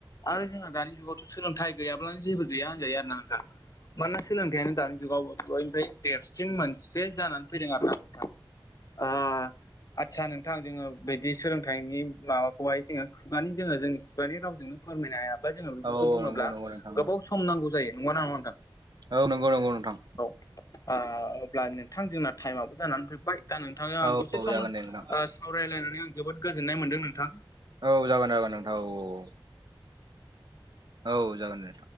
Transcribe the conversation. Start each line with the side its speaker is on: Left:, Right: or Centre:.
Left: आरो जोंहा दानि जुगावथ' सोलोंथाइ गैयाब्लानो जेबो गैया होनजायो आर ना नोंथां। मानोना सोलोंथाइयानो दानि जुगावबो बयनिफ्राय देरसिन मोनसे जानानै फैदों आरो अह आदसा नोंथां जोङो बिदि सोलोंथाइनि माबाखौहाय जोङो खुगानि जोङो जों नि रावजोंनो फोरमायनो हायाबा जोङो बेफोरखौ
Right: औ औ
Left: बुङोब्ला
Right: नंगौ नंगौ नोंथां औ
Left: गोबाव सम नांगौ जायो नगौना नङा नोंथां?
Right: औ नंगौ नंगौ नोंथां।
Left: अह अब्ला नोंथां जोंना टाइमाबबो जानानै फैबाय दा नोंथाङा
Right: औ
Left: दसे
Right: औ
Left: सम
Right: जागोन दे नोंथां
Left: सावरायलायनानै आं जोबोद गोजोननाय मोनदों नोंथां।
Right: औ जागोन जागोन नोंथां औ औ। औ जागोनदे।